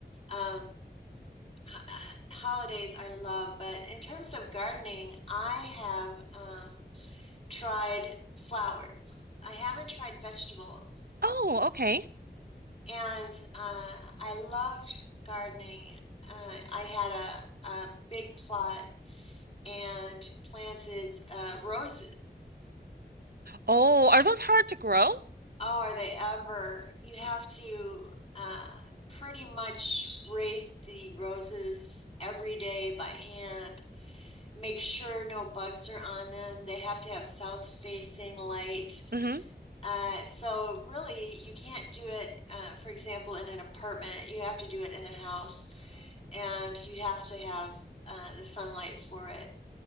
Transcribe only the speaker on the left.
um uh, holidays I love, but in terms of gardening, I have um, tried flowers. I haven't tried vegetables,
and uh, I loved gardening. Uh, I had a, a big plot and planted uh, roses.
Oh, are they ever? You have to uh, pretty much raise the roses every day by hand make sure no bugs are on them. They have to have south facing light.
Uh, so really, you can't do it, uh, for example, in an apartment. You have to do it in a house, and you have to have uh, the sunlight for it.